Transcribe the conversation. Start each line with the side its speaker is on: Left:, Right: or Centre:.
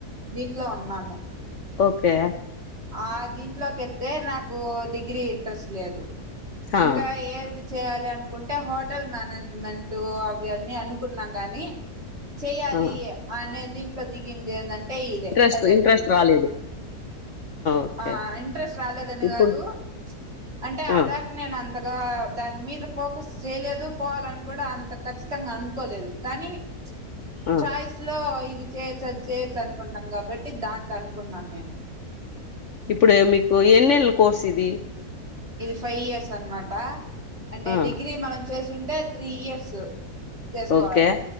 Right: దీంట్లో ఉన్నాను
Left: ఓకే
Right: ఆ దీంట్లోకి ఎత్తే నాకు డిగ్రీ ఇంట్రెస్ట్ లేదు
Left: ఆ
Right: ఇంకా ఏది చేయాలి అనుకుంటే హోటల్ మేనేజ్మెంట్ అవి అవన్నీ అనుకున్నాం గాని చెయ్యాలి
Left: ఆ.
Right: అనే దీంట్లో దిగింది ఏంటంటే ఇదే
Left: ఇంట్రెస్ట్
Right: ఎల్ఎల్ఎల్బి
Left: ఇంట్రెస్ట్ రాలేదు ఓకే
Right: ఆ
Left: ఓకే
Right: ఇంట్రెస్ట్ రాలేదనే
Left: ఇప్పుడు
Right: కాదు అంటే ఆడిదాకా
Left: ఆ
Right: నేను అంత అంతగా దాని మీద ఫోకస్ చేయలేదు పోవాలని కూడా అంత ఖచ్చితంగా అనుకోలేదు కానీ ప్చ్
Left: ఆ
Right: చాయిస్ లో అది చేయ అది చేయొచ్చు అనుకుంటాం కాబట్టి దాంతో అనుకున్నాను నేను
Left: ఇప్పుడు మీకు ఎన్నేళ్ల కోర్స్ ఇది
Right: ఇది ఫైవ్ ఇయర్స్ అనమాట అంటే
Left: ఆ
Right: డిగ్రీ మనం చేస్తుంటే త్రీ ఇయర్స్ చేసుకోవాలి
Left: ఓకే